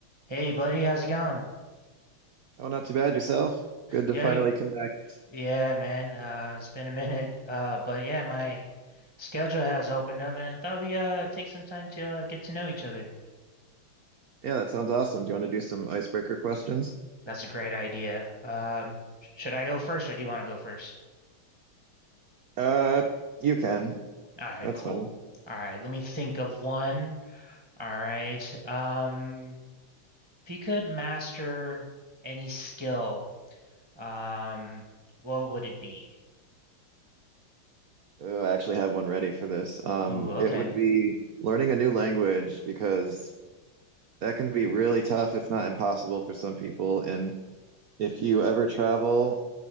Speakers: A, on the right; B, on the right.
A: Hey buddy, how's it going?
B: Oh, not too bad yourself. Good to
A: Yeah,
B: finally connect.
A: yeah, man. Uh, it's been a minute. Uh, but yeah, my schedule has opened up, and I thought we uh take some time to uh, get to know each other.
B: Yeah, that sounds awesome. Do you want to do some icebreaker questions?
A: That's a great idea. Um, sh- should I go first, or do you want to go first?
B: Uh, you can.
A: All right,
B: That's
A: cool.
B: fine.
A: All right, let me think of one. All right. Um, if you could master any skill, um, what would it be?
B: Oh, I actually have one ready for this. Um,
A: Ooh, okay.
B: it would be learning a new language because that can be really tough, if not impossible, for some people. And if you ever travel